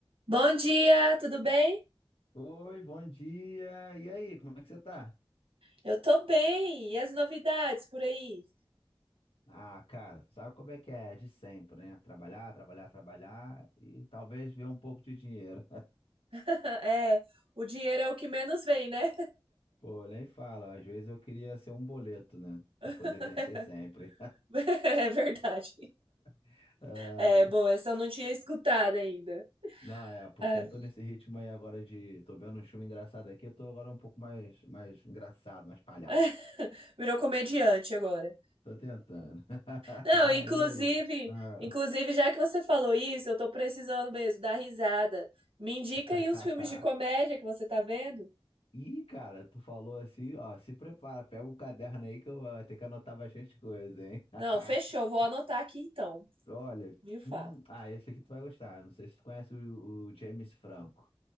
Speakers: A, on the right; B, on the left.
A: Bom dia, tudo bem?
B: Oi, bom dia. E aí, como é que você tá?
A: Eu tô bem. E as novidades por aí?
B: Ah, cara, sabe como é que é? é De sempre, né? Trabalhar, trabalhar, trabalhar e talvez ver um pouco de dinheiro.
A: <laughs> É, o dinheiro é o que menos vem, né?
B: <laughs> Pô, nem fala. Às vezes eu queria ser um boleto, né?
A: <laughs>
B: Pra poder vencer sempre.
A: É verdade.
B: <laughs> Ai,
A: É, bom, essa eu não tinha escutado ainda.
B: Não, é, porque
A: É,
B: eu tô nesse ritmo aí agora de. Tô vendo um filme engraçado aqui, eu tô agora um pouco mais, mais engraçado, mais palhaço.
A: <laughs> virou comediante agora.
B: Tô tentando. <laughs>
A: Não,
B: E
A: inclusive,
B: aí? Ah.
A: inclusive, já que você falou isso, eu tô precisando mesmo dar risada. Me indica
B: <laughs>
A: aí uns filmes de comédia que você tá vendo?
B: Ih, cara, tu falou assim, ó, se prepara, pega o caderno aí que eu vou ter que anotar bastante coisa, hein?
A: Não, fechou,
B: <laughs>
A: vou anotar aqui então,
B: Olha,
A: viu, Fá?
B: hum, ah, esse aqui tu vai gostar. eu Não sei se tu conhece o, o James Franco.